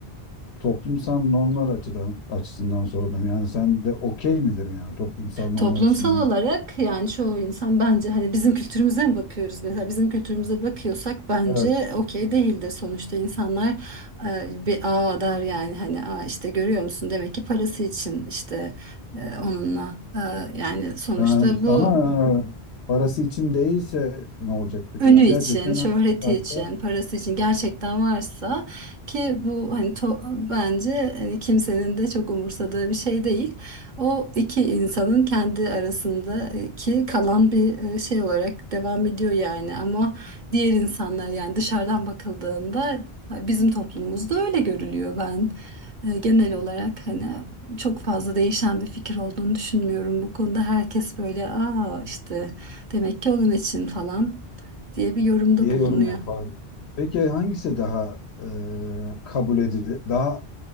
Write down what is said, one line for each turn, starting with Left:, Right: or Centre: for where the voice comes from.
Left: toplumsal normlar açıdan açısından sordum. Yani sen de okey midir yani toplumsal normlar
Right: Toplumsal
Left: açısından?
Right: olarak yani çoğu insan bence hani bizim kültürümüze mi bakıyoruz mesela bizim kültürümüze bakıyorsak bence
Left: Evet.
Right: okey değildir sonuçta insanlar e, bir aa der yani hani aa işte görüyor musun demek ki parası için işte e, onunla E, yani sonuçta
Left: Yani işte
Right: bu
Left: ama yani parası için değilse ne olacak peki?
Right: ünü
Left: Yani
Right: için,
Left: gerçekten
Right: şöhreti
Left: hakikaten
Right: için, parası için gerçekten varsa ki bu hani to- bence hani kimsenin de çok umursadığı bir şey değil. O iki insanın kendi arasındaki kalan bir e, şey olarak devam ediyor yani ama diğer insanlar yani dışarıdan bakıldığında bizim toplumumuzda öyle görülüyor ben. e, Genel olarak hani çok fazla değişen bir fikir olduğunu düşünmüyorum bu konuda. Herkes böyle aa işte demek ki onun için falan diye bir yorumda
Left: diye
Right: bulunuyor.
Left: yorum yapar. Peki hangisi daha e, kabul edilir, daha